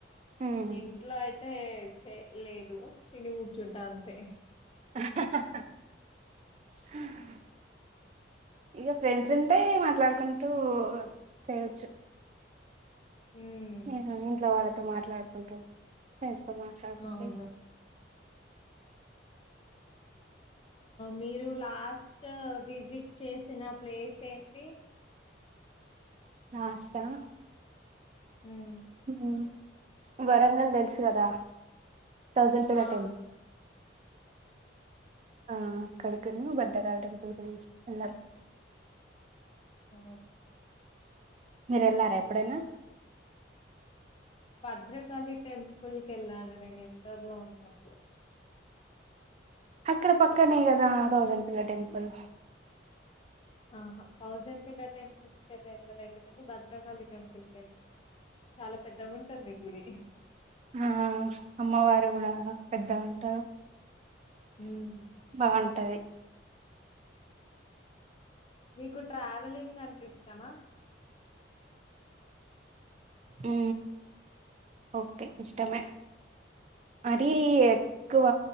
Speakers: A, on the right; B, on the left.
A: ఉమ్
B: ఇంట్లో అయితే చేయలేదు తిని కూర్చుంటా అంతే,
A: <unintelligible>
B: <unintelligible>
A: ఇగా ఫ్రెండ్స్ ఉంటే మాట్లాడుకుంటూ చేయచ్చు,
B: ఉమ్
A: న ఇంట్లో వాళ్ళతో మాట్లాడుకుంటూ ఫ్రెండ్స్తో మాట్లాడుకుంటూ,
B: అవును మీరు లాస్ట్ విజిట్ చేసిన ప్లేస్ ఏంటి
A: లాస్ట్ ఆ
B: ఉమ్
A: ఉహు వరంగల్ తెలుసు కదా థౌసండ్ పిల్లర్
B: ఆ
A: టెంపుల్ ఆ అక్కడి కి వెళ్లి భద్రకాళి టెంపుల్ కి వెళ్ళాం
B: ఆ
A: మీరు వెళ్లారా ఎప్పుడైనా
B: భద్రకాళి టెంపుల్ కి వెళ్ళాను నేను ఇంటోర్ లో ఉన్నప్పుడు,
A: అక్కడ పక్కనే కదా థౌజంన్డ్ పిల్లర్ టెంపుల్
B: ఆహా థౌజండ్ పిల్లర్ టెంపుల్స్ కి అయితే వెళ్ళాలలేదు కానీ భద్రకాళి టెంపుల్ కి వెళ్లినం, చాలా పెద్దగా ఉంటుంది గుడి
A: ఆ అమ్మవారు కూడా పెద్ద ఉంటారు.
B: హ్మ్.
A: బాగుంటది.
B: మీకు ట్రావెలింగ్ అంటే ఇష్టమా,
A: ఉ ఓకే ఇష్టమే మరి ఎక్కువ